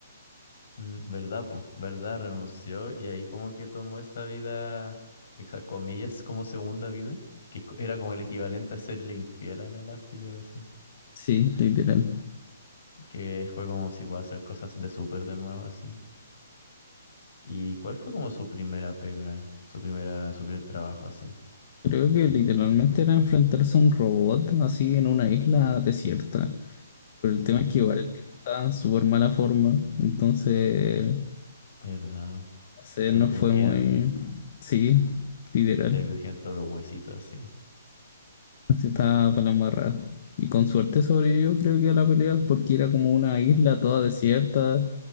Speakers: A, on the left; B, on the left.
A: Mm, ¿Verdad, po? ¿Verdad? Renunció y ahí como que tomó esa vida, esas comillas, como segunda vida, que es co- era como el equivalente a serle infiel a la Elastigirl, así.
B: Sí, literal.
A: Que fue como si puede hacer cosas de súper de nuevo, así. ¿Y cuál fue como su primera pega, su primera, su primer trabajo, así?
B: Creo que literalmente era enfrentarse a un robot así en una isla desierta. Pero el tema es que
A: Mm,
B: igual el tipo estaba en súper mala forma. Entonces,
A: ¿verdad?
B: no sé,
A: Se
B: no
A: le
B: fue
A: crujían,
B: muy... Sí, literal.
A: se le crujían todos los huesitos, así.
B: Se estaba para la embarrada. Y con suerte sobrevivió, creo que a la pelea, porque era como una isla toda desierta,